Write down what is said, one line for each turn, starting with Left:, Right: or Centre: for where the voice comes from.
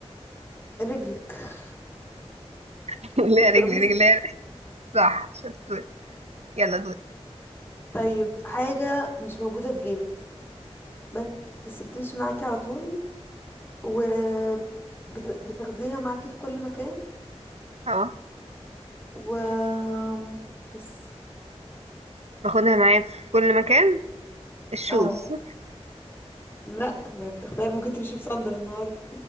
Left: رجلك
Right: <laughs> ليها
Left: الترابيزة
Right: رجل رجلين صح شطور يلا دورك
Left: طيب حاجة مش موجودة في جيبك بس بس بتمشي معاكي على طول وبتاخديها معاكي في كل مكان
Right: اه
Left: و بس
Right: باخدها معايا في كل مكان الشوز
Left: اه لا ما بتختاري ممكن تمشي بصندل النهاردة